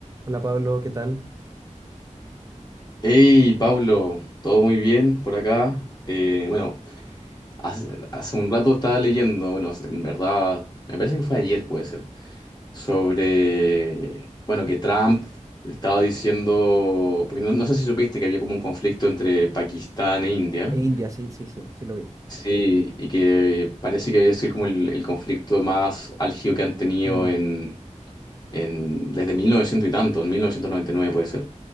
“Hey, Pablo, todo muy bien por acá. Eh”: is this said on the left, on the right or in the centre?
Left